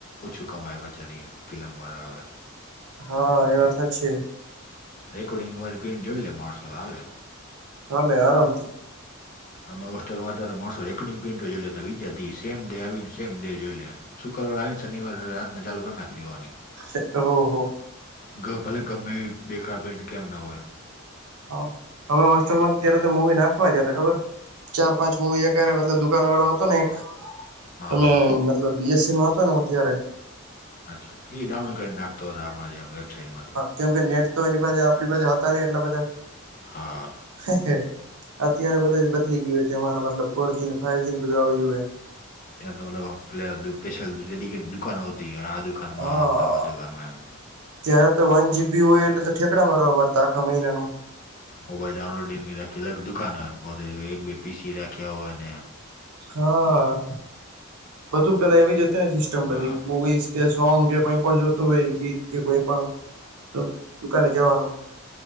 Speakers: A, on the left; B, on the right.
A: ઓછું કમાયા બચારી ફિલ્મ વાળા હવે
B: હા- એ વાત સાચી હે
A: રેકોર્ડિંગ વાડી પ્રિન્ટ જોઈલે માણસો હાલે
B: હા એટલે આરામથી
A: અમે હોસ્ટેલ માંતા હતા માણસો રેકોર્ડિંગ પ્રિન્ટ જોઈ લેતા બીજા દિવસે સેમ ડે આવી નેે સેમ ડે જોઈ લે શુક્રવાર આવી ને શનિવારે રાતને ચાલુ કરી નાખી દેવાની
B: સ-ઓ-હો હો
A: ગ ભલે ગમે એવી બેકાર પ્રિન્ટ કેમ ના હોય
B: હા- હવે હોસ્ટેલ માં ત્યારે તો મુવી નાખવા જ હતા ખબર ચાર પાંચ મુવી એક હારે મતલબ દુકાન વાળો હતો ને એક
A: હા
B: -એ મે
A: હા
B: મતલબ બીએસસી માં હતો ને અત્યારે
A: અચ્છા એ ડાઉનલોડ કરીને નાખતો હશે આપણા જે વેબસાાઈટ માંથી
B: કેમ કે નેટ તો એની પાસે આપણી પાસે હતા ને એટલા બધા
A: હા
B: એ હે -અત્યારે બધું જ બદલી ગયું હે જમાનું મતલબ ફોરજી ને ફાઈવ જી ને બધું આવી ગયું યું હે
A: ત્યાં તો મતલબ આમ પેલા દુ સ્પેશિયલ ડે ડેલિકેટ દુકાનો હોતી આ દુકાન માં
B: હા
A: મતલબ આ દુકાનમાં એમ
B: ત્યારે તો વન જીબી હોય એટલે તો ઠેકડા મારવા મળતા આખા મહિનાનું
A: મોબાઈલ ડાઉનલોડિંગ રાખી અલગ દુકાનો પોતે એક બે પીસી રાખ્યા હોય અને
B: હા -બધું પેલા એવી જ હતી ને સિસ્ટમ
A: હા
B: બધી મુવીઝ કે સોંગ કે કઈ પણ જોતું હોય ગીત કે કોઈ પણ તો દુકાને જવાનું